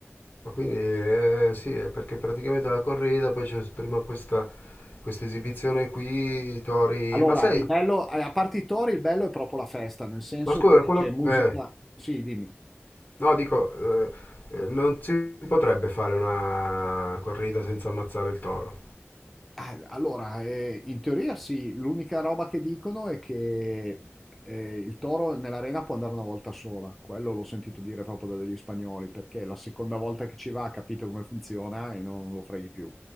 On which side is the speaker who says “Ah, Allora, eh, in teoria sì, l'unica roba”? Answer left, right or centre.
Centre